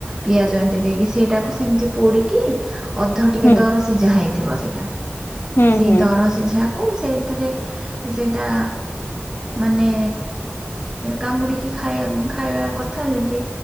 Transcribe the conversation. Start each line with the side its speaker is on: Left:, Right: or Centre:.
Right: ପିଆଜ ଏମିତି ଦେଇକି ସେଇଟାକୁ ସେ ଏମିତି ପୋଡ଼ିକି ଅଧ ଟିକେ
Left: ହୁଁ
Right: ଦର ସିଜା ହେଇଥିବ ସେଟା
Left: ହୁଁ
Right: ସେଇ
Left: ହୁଁ
Right: ଦର ସିଝା କୁ ସେଇଥିରେ ସେଇଟା ମାନେ କାମୁଡ଼ିକି ଖାଇବା ଖାଇବା କଥା ଯେମିତି